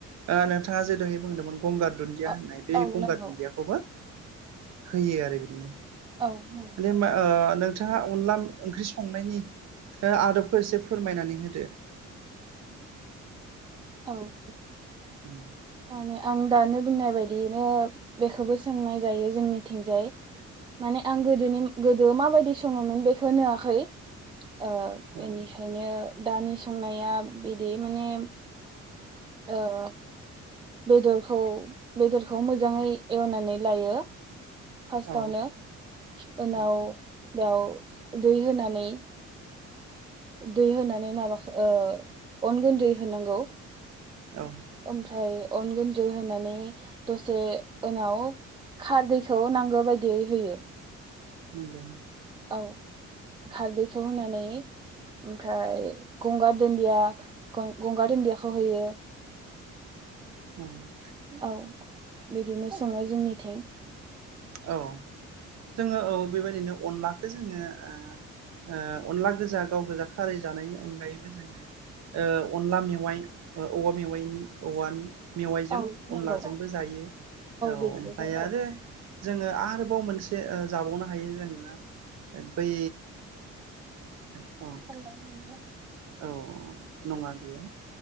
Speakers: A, on the right; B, on the right.
A: ओ नोंथाङा जे दोहै बुंदोंमोन गंगार दुनदिया
B: औ
A: होननाय बे
B: नंगौ
A: गंगार दुनदियाखौबो होयो आरो बिदिनो
B: औ नंगौ
A: मे नों <unintelligible> नोंथाङा अनला ओंख्रि संनायनि आदबखौ एसे फोरमायनानै होदो
B: औ
A: ओम
B: माने आं दानो बुंनाय बादियैनो बेखौबो सोंनाय जायो जोंनिथिंजाय माने आं गोदोनि गोदो माबायदि सङोमोन बेखो नोआखै ओ
A: औ
B: बेनिखायनो दानि संनाया बिदि माने ओ बेदरखौ बेदरखौ मोजाङै एवनानै लायो फारस्टआवनो
A: औ
B: उनाव
A: औ
B: बेयाव दै होनानै दै होनानै माबाओ अन गोनदै होनांगौ
A: औ
B: ओमफ्राय अन गुनदै होनानै दसे उनाव खारदैखौ नांगौ बायदियै होयो
A: नंगौ
B: औ खारदैखौ होनानै ओमफ्राय गंगार दुनदिया गंगार दुन्दियाखौ होयो
A: ओम
B: औ बिदिनो सङो जोंनिथिं
A: औ जोङो औ बेबायदिनो अनलाखौ जोङोओ ओ अनला गोजा गाव गोजा खारै जानायनि अनगायैबो जोङो ओ अनला मेवाइ ओ औवा मेवाइनि औवानि मेवाइजों
B: औ
A: अनलाजोंबो
B: नांगौ
A: जायो औ
B: बिदिबो
A: ओमफाय
B: जायो
A: आरो जोङो आरोबाव मोनसे ओ जाबावनो हायो जोङो बै
B: <unintelligible>
A: ओ औ औ नङा बियो